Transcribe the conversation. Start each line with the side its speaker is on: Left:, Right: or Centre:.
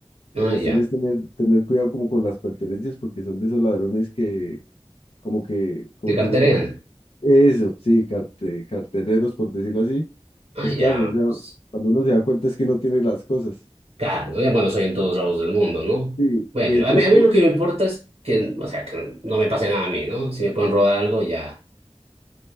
Left: La
Right: Ah,
Left: cuestión
Right: ya.
Left: es tener, tener cuidado como con las pertenencias, porque son de esos ladrones que, como que, como
Right: Te carterean.
Left: te digo yo, eso, sí, carte, cartereros, por decirlo así.
Right: Ah,
Left: Entonces,
Right: ya.
Left: claro, o sea,
Right: pues,
Left: cuando uno se da cuenta es que no tiene las cosas.
Right: Claro, ya, bueno, soy en todos lados del mundo, ¿no?
Left: Sí,
Right: Bueno,
Left: y es,
Right: a
Left: es
Right: mí, a
Left: por...
Right: mí lo que me importa es que, o sea, que no me pase nada a mí, ¿no? Si me pueden robar algo, ya,